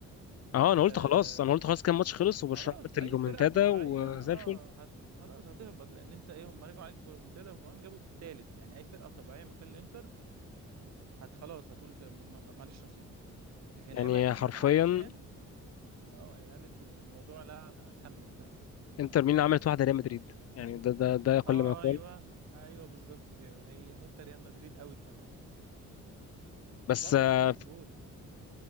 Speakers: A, on the left; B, on the right.
A: اه انا قلت
B: آه
A: خلاص انا قلت خلاص كان ماتش خلص وبرشلونه
B: خلاص
A: عملت
B: اي
A: الرومنتادا
B: فرقه طبيعيه
A: وزي
B: اه
A: الفل
B: هت خلاص هتهبط لان انت ايه هم رجعوا عليك بريمونتادا وكمان جابوا الثالث يعني اي فرقه طبيعيه مكان الانتر هت خلاص هتقول ت- ما- معلش نصيب لكن
A: يعني
B: هي بقى كسبت
A: حرفيا
B: علشان اه هي قالت الموضوع لا انا هكمل فاهم؟
A: انتر ميلان عملت واحده ريال مدريد يعني ده ده ده كل
B: آه
A: ما يقال
B: ايوه ايوه بالظبط كده هي حته ريال مدريد قوي كمان
A: بس
B: لا واللي
A: آه،
B: جاب الجون